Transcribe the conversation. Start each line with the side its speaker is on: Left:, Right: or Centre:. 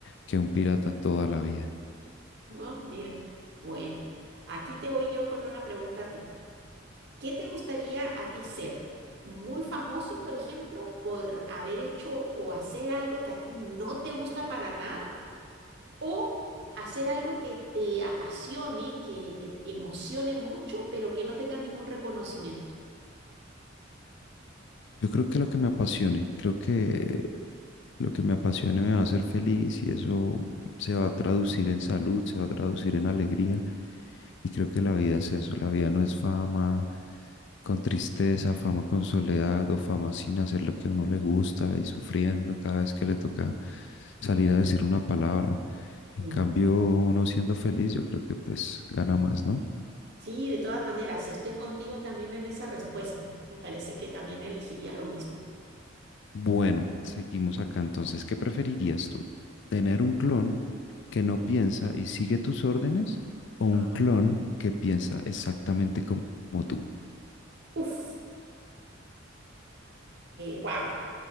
Left: que un pirata toda la vida.
Right: <laughs> Oh, mira, bueno, aquí te voy yo con una pregunta a ti. ¿Qué te gustaría a ti ser? ¿Muy famoso, por ejemplo, por haber hecho o hacer algo que a ti no te gusta para nada? ¿O hacer algo que te apasione, que te emocione mucho, pero que no tengas ningún reconocimiento?
Left: Yo creo que lo que me apasione, creo que lo que me apasione me va a hacer feliz y eso se va a traducir en salud, se va a traducir en alegría. Y creo que la vida es eso, la vida no es fama con tristeza, fama con soledad o fama sin hacer lo que a uno le gusta y sufriendo cada vez que le toca salir a decir una palabra. En
Right: Mm.
Left: cambio, uno siendo feliz, yo creo que pues gana más, ¿no?
Right: Sí, de todas maneras, estoy contigo también en esa respuesta. Me parece que también elegiría lo mismo.
Left: Bueno, seguimos acá. Entonces, ¿qué preferirías tú? ¿Tener un clon que no piensa y sigue tus órdenes
Right: Ajá.
Left: o un clon que piensa exactamente como, tú?
Right: Uf, wow.